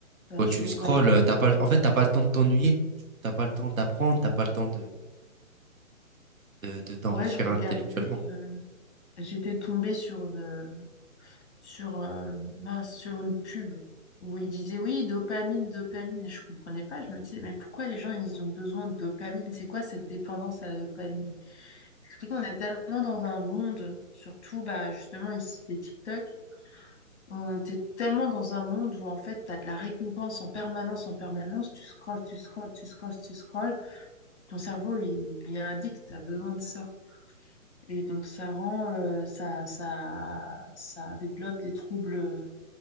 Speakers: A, on the left; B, on the right.
A: ça
B: Quand
A: joue.
B: tu scrolles,
A: Ouais,
B: euh,
A: c'est
B: t'as
A: vrai.
B: pas, le- en fait, t'as pas le temps de t'ennuyer. Tu- T'as pas le temps d'apprendre. T'as pas le temps de, de, de t'enrichir
A: Ouais, je regardais.
B: intellectuellement.
A: euh, j'étais tombée sur une sur euh, mince, sur une pub où ils disaient oui, dopamine, dopamine. Et je comprenais pas. Je me disais mais pourquoi les gens ils ont besoin de dopamine? C'est quoi cette dépendance à la dopamine? C'est qu'on est tellement dans un monde, surtout bah justement ici c'était TikTok. On était tellement dans un monde où en fait t'as de la récompense en permanence, en permanence. Tu scrolles, tu scrolles, tu scrolles, tu scrolles. Ton cerveau il, il est addict. T'as besoin de ça. Et donc ça rend, euh, ça, ça, ça développe des troubles